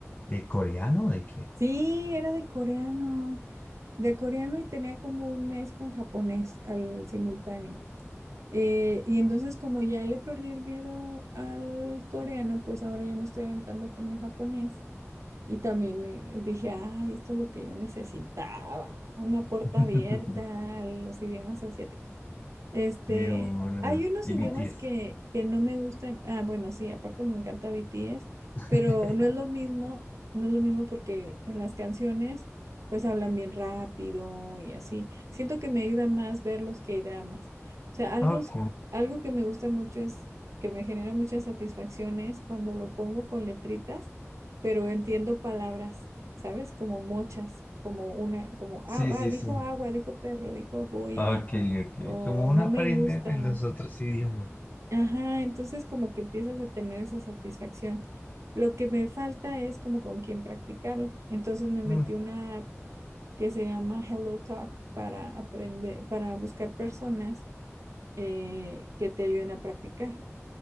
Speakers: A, on the left; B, on the right.
A: de coreano o de qué era?
B: Sí, era de coreano, de coreano y tenía como un mes con japonés al simultáneo. Eh, y entonces como ya le perdí el miedo al coreano, pues ahora ya me estoy aventando con el japonés. Y también me dije, ay, esto es lo que yo necesitaba, una
A: <laughs>
B: puerta abierta a los idiomas asiáticos. Este,
A: De una...
B: hay unos
A: de
B: idiomas
A: BTS.
B: que, que no me gustan. Ah, bueno, sí, aparte me encanta BTS,
A: <laughs>
B: pero no es lo mismo, no es lo mismo porque en las canciones pues hablan bien rápido y así. Siento que me ayuda más ver los K-dramas. O sea, algo,
A: Ok,
B: es- algo que me gusta mucho es que me genera muchas satisfacciones cuando lo pongo con letritas, pero entiendo palabras, ¿sabes? Como mochas, como una, como, ah,
A: sí,
B: ah,
A: sí,
B: dijo
A: sí.
B: agua, dijo perro, dijo voy
A: Ok,
B: a
A: ok.
B: o
A: Como uno
B: no
A: aprende
B: me gusta.
A: pues, los otros idiomas.
B: Ajá, entonces como que empiezas a tener esa satisfacción. Lo que me falta es como con quién practicarlo. Entonces me metí
A: Mm,
B: una app que se llama Hello Talk para aprender, para buscar personas eh, que te ayuden a practicar.